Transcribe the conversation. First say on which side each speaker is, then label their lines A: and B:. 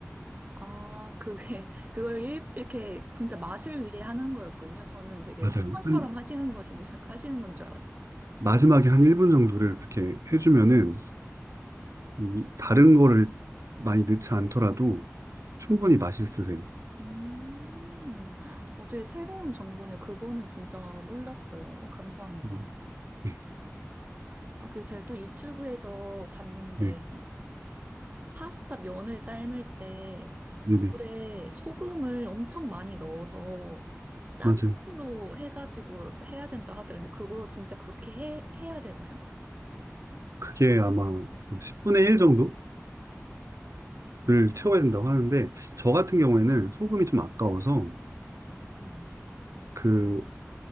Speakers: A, on the right; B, on the right.
A: 아, 그게, <laughs> 그걸 일, 이렇게 진짜 맛을 위해 하는 거였군요. 저는 되게
B: 맞아요.
A: 습관처럼
B: 한,
A: 하시는 것인, 줄- <laughs> 하시는 건 줄 알았어요.
B: 마지막에 한 1분 정도를 그렇게 해주면은 이 다른 거를 많이 넣지 않더라도 충분히 맛있으세요.
A: 음, <gasps> 어, 되게 새로운 정보네. 그거는 진짜 몰랐어요. 어, 감사합니다.
B: 음, 네,
A: 아, 그리고 제가 또 유튜브에서 봤는데,
B: 네,
A: 파스타 면을 삶을 때
B: 네,
A: 물에
B: 네.
A: 소금을 엄청 많이 넣어서 짠
B: 맞아요.
A: 물로 해가지고 해야 된다 하더라는데, 그거 진짜 그렇게 해, 해야 되나요?
B: 그게 아마 그 10분의 1 정도? 를 채워야 된다고 하는데 저 같은 경우에는 소금이 좀 아까워서
A: 네. 네.
B: 그,